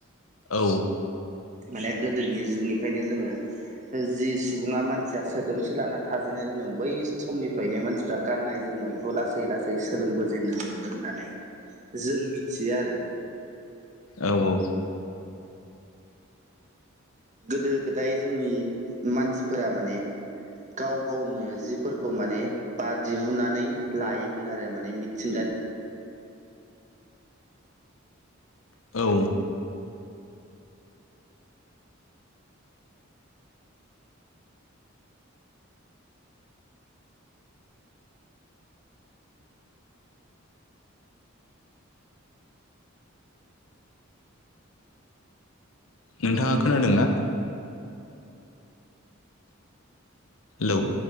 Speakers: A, on the left (about 80°); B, on the right (about 35°).
A: औ
B: माने गोदोनि जुगनिफ्रायनो जोङो जि सुबुङा मान मानसिया सोदोमस्रि लाना थाजेननो रोंदों बै समनिफ्रायनो मानसिफ्रा गाननाय जोमनायखौ लासै लासै सै सोलोंबोजेननो हमदों होननानै जों मिथियो आरो
A: औ औ
B: गोदो गोदाय जोंनि मानसिफोरा माने गाव गावनो जिफोरखौ माने बा दिहुननानै लायोमोन आरो माने मिथिंगा
A: औ नोंथाङा खोनादों ना हेलौ